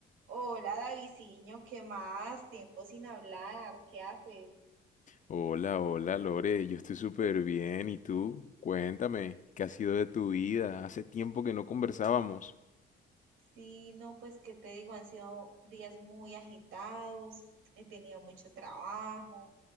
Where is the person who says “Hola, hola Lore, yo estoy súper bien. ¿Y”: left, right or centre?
Left